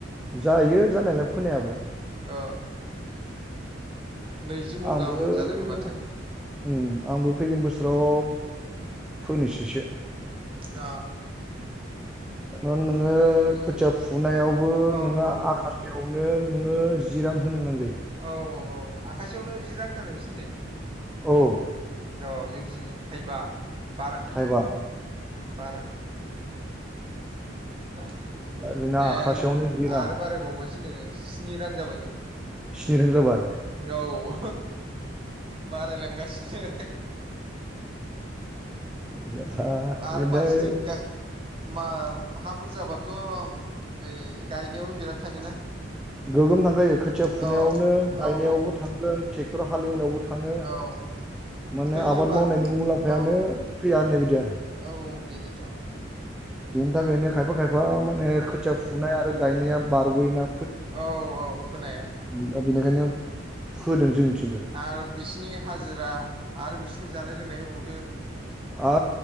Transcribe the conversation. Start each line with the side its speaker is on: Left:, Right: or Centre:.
Centre: जायो जानायलाय फोनायाबो
Right: अ नैजि मन
Centre: आंबो
Right: गाहाम जादोंनो माथो
Centre: उ आंबो फैगोन बोसोराव फोनोसैसो
Right: अ
Centre: नोङो
Right: उम फोनो
Centre: खोथिया फुनायावबो
Right: औ
Centre: नोङो
Right: औ
Centre: आखासेयाव नो नोङो जि रां होनो गोनां जायो
Right: औ औ आखासेयावनो जि रांथार नोंसिनिथिं
Centre: औ
Right: अ जोंनिथिं थाइबा बा रां
Centre: थाइबा
Right: उम बा रां हा
Centre: दा जोंना
Right: ए
Centre: आखासेयावनो जि रां
Right: आरो बारायबावबायसोनो स्नि रां जाबायनो
Centre: स्नि रां जाबाय
Right: औ बाराय लांगासिनो
Centre: जारला
Right: आरो
Centre: बेनिफ्राय
Right: फारसिथिं गा मा हा बुरजाबाथ बे गायनायावनो बिराद थाङोना
Centre: गोगोम थांखायो खोथिया
Right: औ
Centre: फुनायावनो
Right: औ
Centre: गायनायावबो थांगोन ट्रेक्टर हालेवनायावबो थाङो
Right: औ
Centre: माने
Right: फैयोबा
Centre: आबाद मावनायनि मुलाम्फायानो
Right: औ
Centre: फैया होननाय बायदि आरो
Right: औ बेनोथ
Centre: बेनि थाखायनो खायफा खायफा माने खोथिया फुनाय आरो गायनाया बारग'यो ना
Right: औ-औ फोनाया
Centre: दा बेनिखायनो फोदों जोंनिथि
Right: आरो बिसिनि हाजिरा आरो बिसिनि जानाय लोंनाय होबावदो
Centre: आ